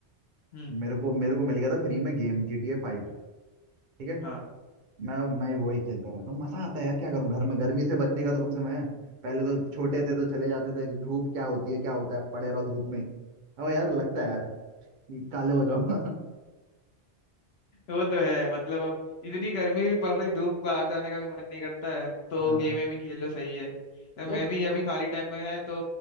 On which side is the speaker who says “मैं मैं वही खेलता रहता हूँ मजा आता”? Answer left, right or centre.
Right